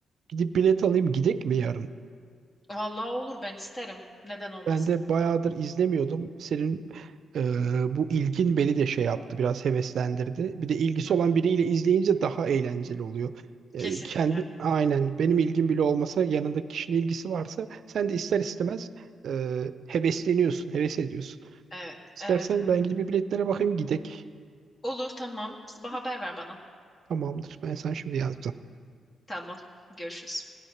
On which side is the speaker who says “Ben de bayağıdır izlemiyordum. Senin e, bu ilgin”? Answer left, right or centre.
Right